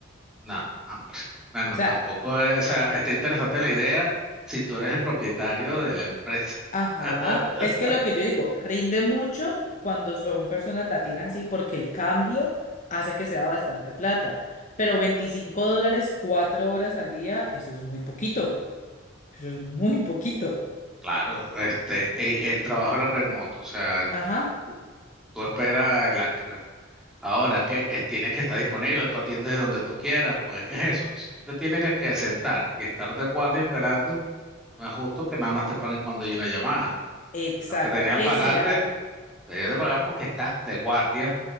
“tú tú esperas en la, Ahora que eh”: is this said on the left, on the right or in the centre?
Centre